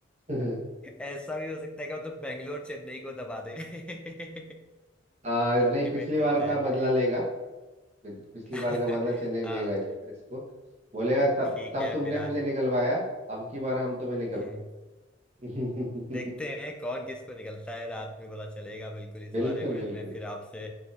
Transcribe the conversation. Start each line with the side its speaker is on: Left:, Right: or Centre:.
Right: <laughs>
Centre: ऐसा भी हो सकता है कि मतलब बैंगलोर चेन्नई को दबा दे <laughs>
Right: आ, नहीं
Centre: डिपेंड
Right: पिछली
Centre: करता
Right: बार का
Centre: है
Right: बदला लेगा पिछ- पिछली
Centre: <laughs>
Right: बार का बदला चेन्नई लेगा
Centre: हाँ
Right: इस बार इसको बोलेगा
Centre: ठीक
Right: तब तब
Centre: है
Right: तुमने
Centre: फिर आज
Right: मुझे निकलवाया अब की बार हम तुम्हें
Centre: हम्म,
Right: निकलवाएंगे
Centre: देखते
Right: <laughs>
Centre: हैं कौन किसको निकलता है रात में पता चलेगा बिल्कुल इस
Right: बिल्कुल
Centre: बारे में
Right: बिल्कुल
Centre: मैं फिर आपसे